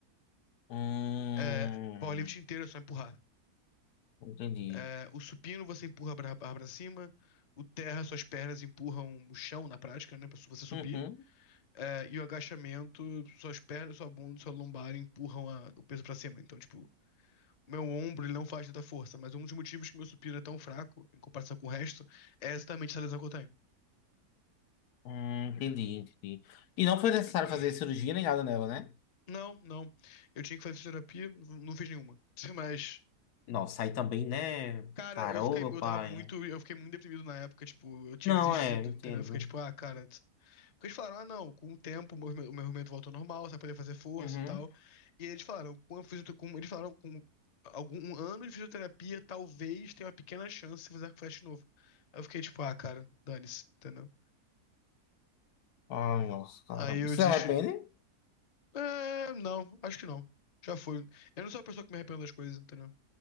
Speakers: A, on the left; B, on the left.
A: Hum,
B: É, powerlifting inteiro é só empurrar.
A: entendi.
B: É, o supino você empurra a barra para cima. O terra, suas pernas empurram o chão na prática, né? Pra su- você subir.
A: Uhum.
B: É, e o agachamento, suas pernas, sua bunda, sua lombar empurram a- o peso pra cima. Então, tipo, o meu ombro ele não faz tanta força, mas um dos motivos que meu supino é tão fraco em comparação com o resto é exatamente essa lesão que eu tenho.
A: Hum, entendi, entendi. E não foi necessário
B: <clears throat>
A: fazer cirurgia nem nada nela, né?
B: Não, não. Eu tinha que fazer fisioterapia, n- não fiz nenhuma. <laughs> Mas,
A: Nossa, aí também, né?
B: cara,
A: Cara,
B: eu fiquei,
A: ô meu
B: eu
A: pai.
B: tava muito, eu fiquei muito deprimido na época, tipo, eu tinha
A: Não,
B: desistido,
A: é, entendo.
B: entendeu? Eu fiquei tipo, ah, cara, Porque eles falaram, ah, não, com o tempo o meu o meu movimento voltou ao normal, você vai poder fazer força
A: Uhum.
B: e tal. E eles falaram, com a fisio- com- eles falaram, com algum um ano de fisioterapia, talvez tenha uma pequena chance de fazer arco e flecha de novo. Aí eu fiquei tipo, ah, cara, dane-se, entendeu?
A: Ai, nossa, cara.
B: Aí
A: Você
B: eu desisti.
A: se arrepende?
B: É, não, acho que não. Já foi. Eu não sou a pessoa que me arrependo das coisas, entendeu?